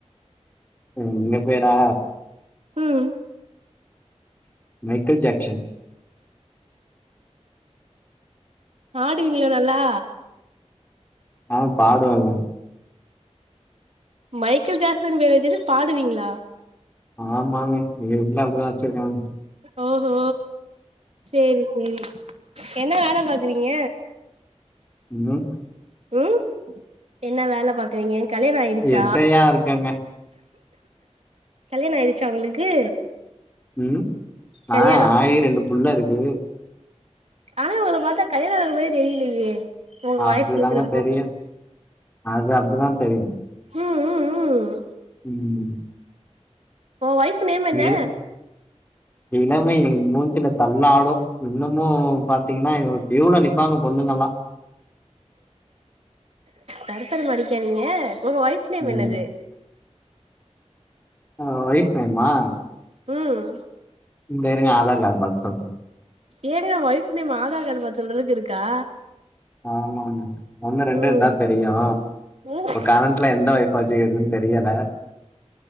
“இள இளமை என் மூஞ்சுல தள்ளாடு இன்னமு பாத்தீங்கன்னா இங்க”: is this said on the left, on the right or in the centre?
Left